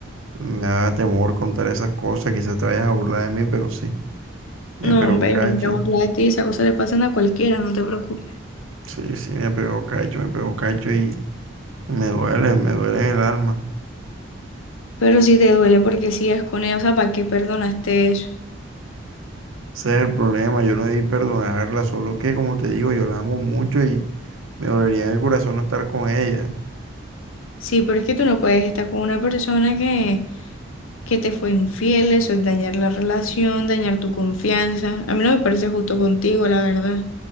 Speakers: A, on the right; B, on the left.
A: Me da temor contar esas cosas. Quizás te vayas a burlar de mí, pero sí, me
B: no,
A: pegó
B: hombre,
A: cacho.
B: no me voy a burlar de ti, esas cosas le pasan a cualquiera, no te preocupes.
A: Sí, sí, me pegó cacho, me pegó cacho y me duele, me duele en el alma.
B: Pero si te duele porque sigues con ella, o sea, ¿para qué perdonaste eso?
A: Ese es el problema, yo no debí perdonarla, solo que, como te digo, yo la amo mucho y me dolería en el corazón no estar con ella.
B: Sí, pero es que tú no puedes estar con una persona que, que te fue infiel, eso es dañar la relación, dañar tu confianza. A mí no me parece justo contigo, la verdad.